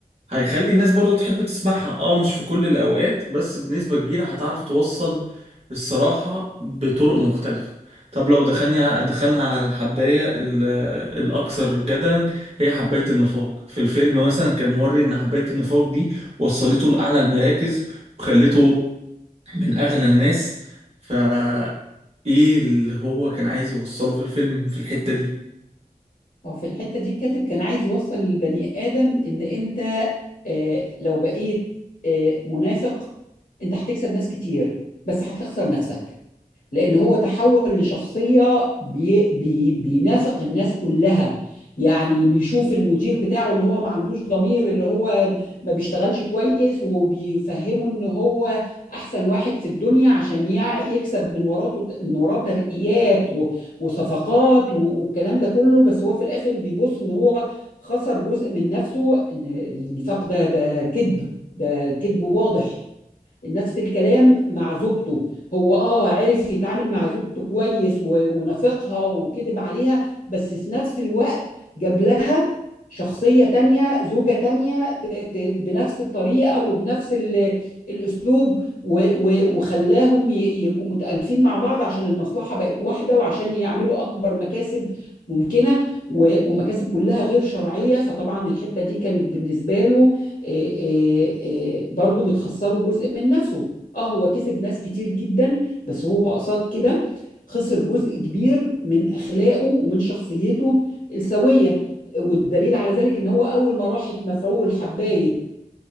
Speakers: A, on the right; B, on the left.
A: هيخلي الناس برضو تحب تسمعها اه مش في كل الأوقات بس بنسبة كبيرة هتعرف توصل الصراحة بطرق مختلفة طب لو دخلنا دخلنا على الحباية ال- الأكثر جدلا هي حباية النفاق في الفيلم مثلا كان موري إن حباية النفاق دي وصلته لأعلى المراكز وخلته من أغنى الناس فا إيه اللي هو كان عايز يوصله في الفيلم في الحتة دي
B: هو في الحتة دي الكاتب كان عايز يوصل للبني آدم إن أنت آه، لو بقيت آه، منافق أنت هتكسب ناس كتير بس هتخسر نفسك لأن هو تحول لشخصية بي بي بينافق الناس كلها يعني بيشوف المدير بتاعه اللي هو ما عندوش ضمير اللي هو ما بيشتغلش كويس وبيفهمه ان هو احسن واحد في الدنيا عشان يع- يكسب من وراته من وراه ترقيات و- وصفقات و- والكلام ده كله بس هو في الاخر بيبص ان هو خسر جزء من نفسه ان النفاق ده ده كذب ده كذب واضح نفس الكلام مع زوجته هو اه عرف يتعامل مع زوجته كويس و- ونافقها وكذب عليها بس في نفس الوقت جاب لها شخصية تانية زوجة تانية ت- ت- بنفس الطريقة وبنفس ال- الأسلوب و- و- وخلاهم ي- يبقوا متألفين مع بعض عشان المصلحة بقت واحدة وعشان يعملوا أكبر مكاسب ممكنة و- ومكاسب كلها غير شرعية فطبعا الحتة دي كانت بالنسبة له آه، آه، آه، برضو بتخسره جزء من نفسه اه هو كسب ناس كتير جدا بس هو قصاد كده خسر جزء كبير من اخلاقه ومن شخصيته السويه والدليل على ذلك ان هو اول ما راحت مفعول حبايه